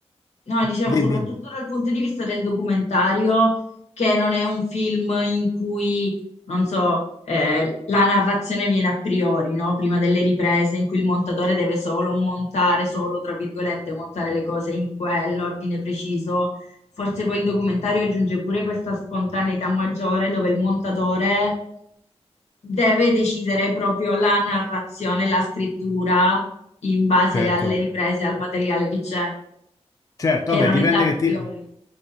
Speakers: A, on the left (about 75°); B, on the left (about 30°).
A: no, dicevo
B: dimmi,
A: soprattutto dal punto di vista del documentario, che non è un film in cui, non so, eh, la narrazione viene a priori, no? Prima delle riprese, in cui il montatore deve solo montare, solo, tra virgolette, montare le cose in quell'ordine preciso. Forse poi il documentario aggiunge pure questa spontaneità maggiore dove il montatore deve decidere proprio la narrazione, la scrittura in base
B: certo.
A: alle riprese, al materiale che c'è.
B: Certo,
A: Che
B: vabbè,
A: non
B: dipende
A: è dato
B: che
A: a priori.
B: ti-